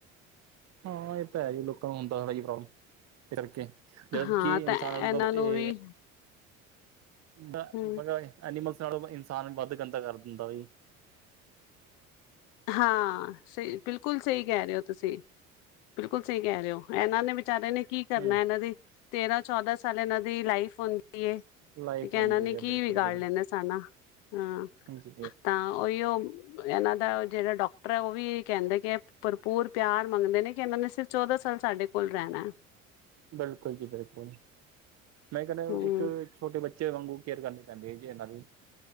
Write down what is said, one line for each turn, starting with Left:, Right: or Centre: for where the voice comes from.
Right: ਹਾਂ, ਇਹ ਤਾਂ ਹੈ ਜੀ ਲੋਕਾਂ ਨੂੰ ਹੁੰਦਾ ਵਾ ਇਈ ਪ੍ਰੋਬਲਮ, ਇਸ ਕਰਕੇ ਜਦੋਂ
Left: ਹਾਂ
Right: ਕਿ ਇਨਸਾਨ
Left: ਤਾਂ
Right: ਨਾਲੋ
Left: ਇਹਨਾਂ
Right: ਇਹ
Left: ਨੂੰ ਵੀ
Right: ਡਾ
Left: ਹੂੰ
Right: ਬਾਗਾ ਏ, ਐਨੀਮਲਸ ਨਾਲੋਂ ਇਨਸਾਨ ਵੱਧ ਗੰਦਾ ਕਰ ਦਿੰਦਾ ਬਾਈ।
Left: ਹਾਂ, ਸਹੀ ਬਿਲਕੁਲ ਸਹੀ ਕਹਿ ਰਹੇ ਹੋ ਤੁਸੀਂ। ਬਿਲਕੁਲ ਸਹੀ ਕਹਿ ਰਹੇ ਹੋ, ਇਹਨਾਂ ਨੇ ਵਿਚਾਰੇ ਨੇ ਕੀ ਕਰਨਾ,
Right: ਹੂੰ
Left: ਇਹਨਾਂ ਦੀ ਤੇਰਾਂ ਚੌਦਾਂ ਸਾਲ ਇਹਨਾਂ ਦੀ ਲਾਈਫ ਹੁੰਦੀ ਐ।
Right: ਲਾਈਫ
Left: ਤੇ ਕਹਿ
Right: ਹੁੰਦੀ
Left: ਇਹਨਾਂ ਨੇ
Right: ਹੈ ਬਿਲਕੁਲ
Left: ਕੀ ਵਿਗਾੜ
Right: ਬਿਲਕੁਲ
Left: ਲੈਂਦੇ ਸਾਨਾ ਹਾਂ,
Right: ਜੀ
Left: ਤਾਂ ਉਹੀਓ ਇਹਨਾਂ ਦਾ ਜਿਹੜਾ ਡਾਕਟਰ ਐ, ਉਹ ਵੀ ਕਹਿੰਦੇ ਕਿ ਭਰਪੂਰ ਪਿਆਰ ਮੰਗਦੇ ਨੇ ਕਿ ਇਹਨਾਂ ਨੇ ਸਿਰਫ਼ ਚੌਦਾਂ ਸਾਲ ਸਾਡੇ ਕੋਲ ਰਹਿਣਾ ਐ।
Right: ਬਿਲਕੁਲ ਜੀ ਬਿਲਕੁਲ, ਮੈਂ ਕਹਿੰਦਾ
Left: ਹਮ
Right: ਇੱਕ ਛੋਟੇ ਬੱਚੇ ਵਾਂਗੂ ਕੇਅਰ ਕਰਨੀ ਪੈਂਦੀ ਐਗੀ ਇਹਨਾਂ ਦੀ,